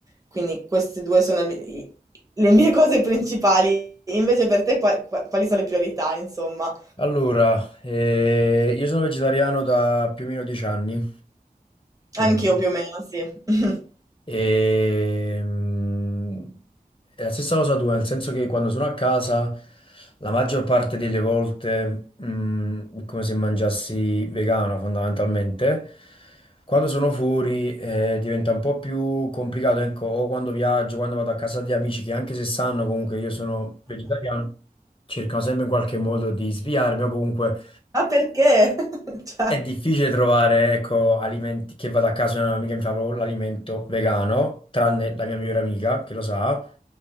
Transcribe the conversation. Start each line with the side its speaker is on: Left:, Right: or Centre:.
Right: Quindi queste due sono le, i- le mie cose principali. Invece per te qua- qua- quali sono le priorità, insomma?
Left: Allora, eh, io sono vegetariano da più o meno dieci anni, più
Right: Anch'io
Left: o meno.
Right: più o meno, sì. <laughs>
Left: E, mm, è la stessa cosa tua, nel senso che quando sono a casa, la maggior parte delle volte, mm, è come se mangiassi vegano fondamentalmente. Quando sono fuori, eh, diventa un po' più complicato, ecco, o quando viaggio, quando vado a casa di amici che anche se sanno comunque che io sono vegetariano, cercano sempre in qualche modo di sviarmi o comunque
Right: Ma perché? <laughs> Cioè,
Left: è difficile trovare, ecco, alimenti che vado a casa, una mia amica mi fa proprio l'alimento vegano, tranne la mia migliore amica che lo sa.